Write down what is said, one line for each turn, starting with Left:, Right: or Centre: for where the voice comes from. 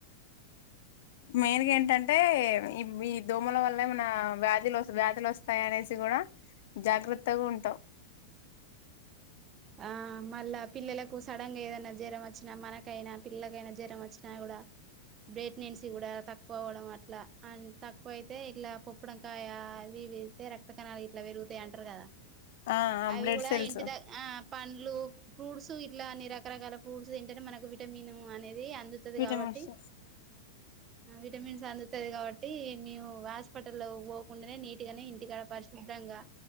Left: మెయిన్గా ఏంటంటే. అయితే ఈ ఈ దోమల వల్లమన వ్యాధులు వ్యాధులు వస్తాయి. అనేసి కూడా జాగ్రత్తగా ఉంటం.
Right: ఆ మళ్ళా పిల్లలకు సడన్ గా ఏదనా జ్వరం వచ్చినా, మనకైనా పిల్లకైనా జ్వరం వచ్చినా. కూడా బ్రెట్నెన్సీ కూడా తక్కువ అవ్వడం అట్లా అండ్ తక్కువ అయితే ఇట్లా పప్పుడంకాయ అవి వెళ్తే రక్త కణాలు ఇట్లా పెరుగుతాయి అంటారు కదా
Left: ఆ
Right: అవి
Left: బ్లడ్
Right: కూడా
Left: సెల్స్
Right: ఇంటి ద ఆ పండ్లు ఫ్రూట్స్ ఇట్లా అన్ని రకరకాల ఫ్రూట్స్ ఏంటంటే మనకు విటమిన్ అనేది అంది
Left: విటమిన్స్
Right: కాబట్టి ఆ విటమిన్స్ అందుతాది కాబట్టి మేము హాస్పిటల్లో పోకుండానే నీట్ గానే ఇంటికాడ పరిశుభ్రంగా